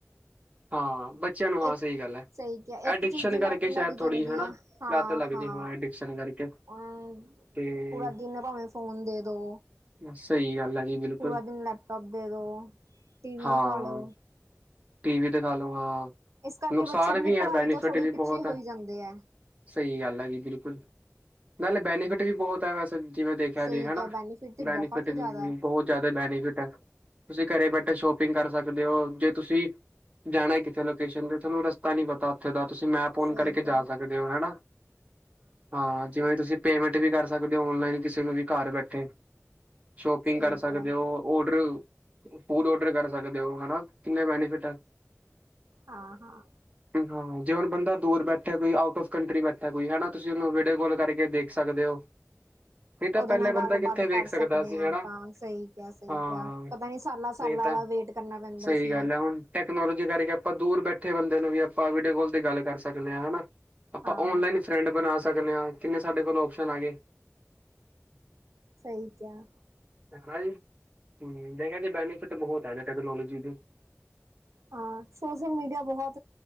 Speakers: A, on the right (about 30°); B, on the right (about 75°).
A: ਹਾਂ। ਬੱਚਿਆਂ ਨੂੰ ਹਾਂ
B: ਇੱਕ
A: ਸਹੀ ਗੱਲ ਹੈ
B: ਸਹੀ ਕਿਹਾ ਇੱਕ
A: ਐਡਿਕਸ਼ਨ
B: ਚੀਜ਼ ਦੀ
A: ਕਰਕੇ
B: ਲੱਤ
A: ਸ਼ਾਇਦ
B: ਲੱਗ
A: ਥੋੜ੍ਹੀ
B: ਜਾਂਦੀ
A: ਹਨਾ
B: ਆ ਹਾਂ
A: ਲਤ ਲੱਗਦੀ
B: ਹਾਂ
A: ਹੋਣਾ ਐ ਸ਼ਨ ਕਰਕੇ,
B: ਅ
A: ਤੇ
B: ਪੂਰਾ ਦਿਨ ਭਾਵੇਂ ਫੋਨ ਦੇ ਦੋ,
A: ਸਹੀ ਗੱਲ ਐ ਜੀ। ਬਿਲਕੁਲ
B: ਪੂਰਾ ਦਿਨ ਲੈਪਟੋਪ ਦੇ ਦੋ ਟੀ ਵੀ
A: ਹਾਂ
B: ਦਿਖਾਲੋ।
A: ਟੀ ਵੀ ਦਿਖਾਲੋ ਹਾਂ,
B: ਇਸ ਕਰਕੇ
A: ਨੁਕਸਾਨ
B: ਬੱਚੇ ਆਪਣੀ
A: ਵੀ ਹੈ
B: ਪੜ੍ਹਾਈ
A: ਬੈਨੀਫਿਟ
B: ਤੋਂ ਥੋੜ੍ਹੀ
A: ਵੀ
B: ਪਿੱਛੇ
A: ਬਹੁਤ
B: ਹੋਈ
A: ਐ।
B: ਜਾਂਦੇ ਹੈ
A: ਸਹੀ ਗੱਲ ਹੈ ਜੀ ਬਿਲਕੁਲ ਨਾਲੇ ਬੈਨੀਫਿਟ ਵੀ ਬਹੁਤ ਹੈ ਵੈਸੇ। ਜਿਵੇਂ ਦੇਖਿਆ
B: ਸਹੀ
A: ਜੇ ਹਨਾ
B: ਕਿਹਾ ਬੈਨੀਫਿਟ ਤੇ
A: ਬੈਨੀਫਿਟ
B: ਬਹੁਤ ਹੀ
A: ਵੀ
B: ਜ਼ਿਆਦਾ ਹੈ
A: ਬਹੁਤ ਜ਼ਿਆਦਾ ਬੈਨੀਫਿਟ ਹੈ। ਤੁਸੀਂ ਘਰੇ ਬੈਠੇ ਸ਼ੋਪਿੰਗ ਕਰ ਸਕਦੇ ਹੋ ਜੇ ਤੁਸੀਂ ਜਾਣਾ ਕਿੱਥੇ ਲੋਕੇਸ਼ਨ ਤੇ ਥੋਨੂੰ ਰ ਪਤਾ ਨਹੀਂ ਪਤਾ ਉੱਥੇ ਦਾ ਤੁਸੀਂ ਮੈਂਪ ਔਨ
B: ਸਹੀ
A: ਕਰਕੇ
B: ਕਿਹਾ
A: ਜਾ ਸਕਦੇ ਹੋ ਹੈਨਾ, ਹਾਂ। ਜਿਵੇਂ ਤੁਸੀਂ ਪੇਮੈਂਟ ਵੀ ਕਰ ਸਕਦੇ ਹੋ ਔਨਲਾਈਨ ਕਿਸੇ ਨੂੰ ਵੀ ਘਰ ਬੈਠੇ, ਸ਼ੋਪਿੰਗ
B: ਸਹੀ
A: ਕਰ ਸਕਦੇ
B: ਕਿਹਾ
A: ਹੋ ਔਡਰ, ਫੂਡ ਔਡਰ ਕਰ ਸਕਦੇ ਹੋ ਹਨਾ। ਕਿੰਨੇ ਬੈਨੀਫਿਟ ਆ।
B: ਹਾਂ-ਹਾਂ।
A: ਹਾਂ ਜਿਵੇਂ ਬੰਦਾ ਦੂਰ ਬੈਠਿਆ ਕੋਈ ਆਊਟ ਔਫ ਕੰਟਰੀ ਬੈਠਿਆ ਕੋਈ ਹਨਾ, ਤੁਸੀਂ ਉਹਨੂੰ ਵੀਡੀਓ ਕਾਲ ਕਰਕੇ ਦੇਖ ਸਕਦੇ ਹੋ। ਨਹੀਂ ਤਾਂ
B: ਉਹਦੇ
A: ਪਹਿਲੇ
B: ਨਾਲ
A: ਬੰਦਾ
B: ਗੱਲਬਾਤ
A: ਕਿੱਥੇ ਵੇਖ
B: ਕਰ
A: ਸਕਦਾ
B: ਸਕਦੇ
A: ਸੀ
B: ਹਾਂ
A: ਹਨਾ
B: ਆਪਾਂ ਸਹੀ ਕਿਹਾ ਸਹੀ
A: ਹਾਂ
B: ਕਿਹਾ, ਪਤਾ ਨੀ ਸਾਲਾਂ ਸਾਲਾਂ
A: ਨਹੀਂ ਤਾਂ
B: ਬਾਅਦ ਵੇਟ ਕਰਨਾ ਪੈਂਦਾ।
A: ਸਹੀ
B: ਸੀ
A: ਗੱਲ ਹੈ ਹੁਣ ਟੈਕਨੋਲੋਜੀ ਕਰਕੇ ਆਪਾਂ ਦੂਰ ਬੈਠੇ ਬੰਦੇ ਨੂੰ ਵੀ ਆਪਾਂ ਵੀਡੀਓ ਕਲ ਤੇ ਗੱਲ ਕਰ ਸਕਦੇ ਹਾਂ ਹਨਾ। ਆਪਾਂ
B: ਹਾਂ
A: ਔਨਲਾਈਨ ਫਰੈਂਡ ਬਣਾ ਸਕਦੇ ਹਾਂ ਕਿੰਨੇ ਸਾਡੇ ਕੋਲ ਓਪਸ਼ਨ ਆ ਗਏ।
B: ਸਹੀ ਕਿਆ,
A: ਹਨਾ ਜੀ, ਹੂੰ ਦੇ ਕਿਹਾ ਜੀ ਬੈਨੀਫਿਟ ਬਹੁਤ ਹੈ ਨਾ ਟੈਕਨੋਲੋਜੀ ਦੇ,
B: ਹਾਂ ਸੋਸ਼ਲ ਮੀਡੀਆ ਬਹੁਤ,